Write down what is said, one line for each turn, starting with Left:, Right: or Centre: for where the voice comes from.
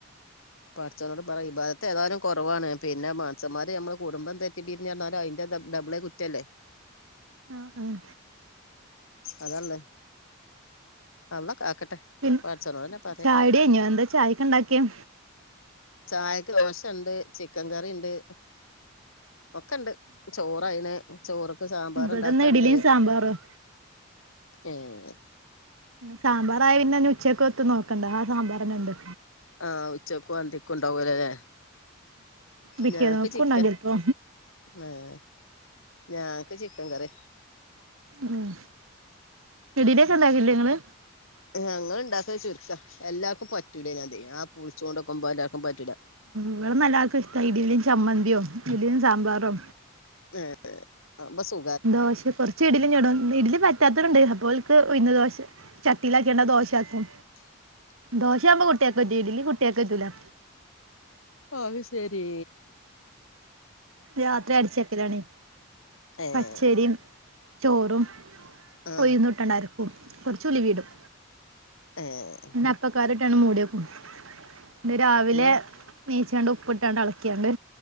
Left: പഠച്ചനോട് പറയാ ഇബാദത്ത് ഏതായാലും കുറവാണ്. പിന്നെ മൻസന്മാര് ഞമ്മളെ കുടുംബം തെറ്റിപിരി പിന്നേർഞ്ഞാൽ അയിന്റെ ഡബിളെ കുറ്റല്ലേ
Right: ആഹ്ആഹ
Left: അതന്നെ അള്ളാ കാക്കട്ടെ
Right: പിന്നെ
Left: പടച്ചോനോടന്നെ പറയാ
Right: ചായുടി കഴിഞ്ഞോ? എന്താ ചായക്ക് ഇണ്ടാക്കെയ്?
Left: ചായക്ക് ദോശണ്ട് ചിക്കൻ കറി ഇണ്ട്. ഒക്കെ ഇണ്ട് ചോറ് ആയിന് ചോർക്ക് സാമ്പാർ
Right: ഇവിടെന്ന്
Left: ഇണ്ടാക്കാണ്ട്
Right: ഇഡലിയും സാമ്പാറും
Left: ഏഹ്
Right: സാമ്പാറായ പിന്നെ ഇഞ്ഞ് ഉച്ചെക്കും എത്തും നോക്കണ്ട ആ സാമ്പാറെന്നെ ഇണ്ട്
Left: ആഹ് ഉച്ചക്കും അന്തിക്കുംഇണ്ടാവോല്ലലെ.
Right: പിറ്റേന്നക്കും
Left: ഞങ്ങെക്ക് ചിക്കെൻ
Right: ഇണ്ടാവും ചെലപ്പോ
Left: ഏഹ് ഞങ്ങെക്ക് ചിക്കെൻ കറിയാ
Right: ഉം ഇഡ്ഢ്ലിഓക്കെ ഇണ്ടാകേല്ലേ ഇങ്ങള്?
Left: ഞങ്ങെൾ ഇണ്ടാക്കെൽ ചുര്ക്കാ എല്ലാർക്കും പറ്റുല്ലെയ്‌ന് അതെയ് ആഹ് പുളിച്ചോണ്ട് ഇക്കുമ്പോ എല്ലാർക്കും പറ്റുലാ
Right: ഇവടെന്നാ എല്ലാർക്കും ഇഷ്ട ഇഡി ലിം ചമ്മന്ത്യോ ഇഡിലും സാമ്പാറോ.
Left: ഏഹ് ഏഹ് അപ്പ സു
Right: ദോശ കൊർ ച്ച് ഇഡ്ഡ്ലിം ചൂടും ഇഡ്ഡ്ലി പറ്റാത്തോൽ ഇണ്ടെയ് അപ്പ ഓർക്ക് ഉഴ്ന്ന് ദോശ ചട്ടിലാക്കിയാണ്ട് ദോശയാക്കും
Left: <inaudible>
Right: ദോശയാവുമ്പം കുട്ട്യായാക്ക് പറ്റും ഇഡ്ഡ്ലി കുട്ട്യാക്ക് പറ്റുലാ
Left: അത് ശെരി
Right: രാത്രി അരച്ചെക്കലാണേയ്
Left: ഏഹ്
Right: പച്ചേരിം ചോറും
Left: ആഹ്
Right: ഉഴ്ന്നും ഇട്ട് ആണ്ട് അര്ക്കും കൊർച്ച് ഉലുവിം ഇടും
Left: ഏഹ്
Right: ഞാൻ അപ്പക്കാരം ഇട്ടാട്ട് മൂട്യക്കും ന്ന്ട്‌രാവിലെ
Left: പിന്നെ
Right: നീച്ചാണ്ട് ഇപ്പ്ട്ടാണ്ട് എൾക്യാണ്ട്